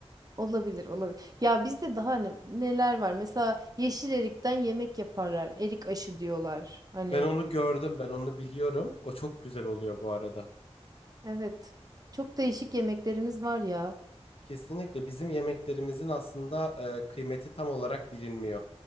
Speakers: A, on the right; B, on the left.
A: Olabilir, olabilir. Ya bizde daha ne- neler var? Mesela yeşil erikten yemek yaparlar. Erik aşı diyorlar. Hani
B: Ben onu gördüm, ben onu biliyorum. O çok güzel oluyor bu arada.
A: evet. Çok değişik yemeklerimiz var ya.
B: Kesinlikle bizim yemeklerimizin aslında e, kıymeti tam olarak bilinmiyor.